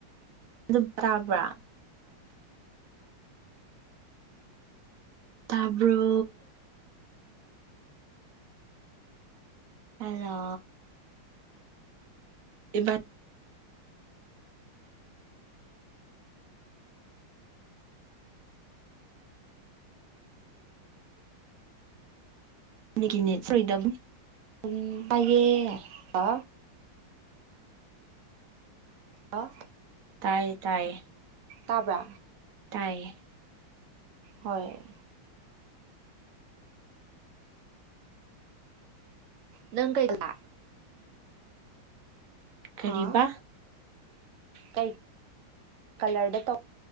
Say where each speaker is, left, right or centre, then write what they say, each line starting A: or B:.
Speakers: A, on the right (about 60°); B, on the right (about 85°).
A: ꯑꯗꯨ ꯇꯥꯕ꯭ꯔꯥ ꯇꯥꯕ꯭ꯔꯣ ꯑꯂ ꯏꯕꯥ ꯅꯒꯤꯅꯦꯠ ꯐꯔꯤꯗꯝ
B: ꯑꯗꯨꯕꯥꯥꯏꯌꯦꯄ ꯑ
A: ꯇꯥꯏꯌꯦ ꯇꯥꯏꯌꯦ
B: ꯇꯥꯕ꯭ꯔ
A: ꯇꯥꯏꯌꯦ
B: ꯍꯣꯏ ꯅꯪ ꯀꯩꯗ
A: ꯀꯔꯤꯕ
B: ꯍꯥꯥ ꯀꯩ ꯀꯂꯔꯗ ꯇꯧ